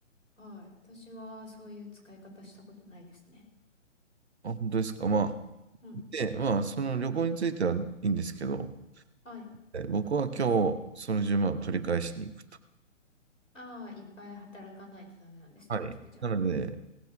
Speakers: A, on the left; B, on the right.
A: はい。私はそういう使い方したことないですね。
B: あ、本当ですか。まあ、
A: はい。
B: で、まあ、その旅行についてはいいんですけど、
A: はい。
B: え僕は今日、その1万を取り返しに行くと。
A: ああ、いっぱい働かないとダメなんですね、
B: はい。
A: 今日じゃあ。
B: なので、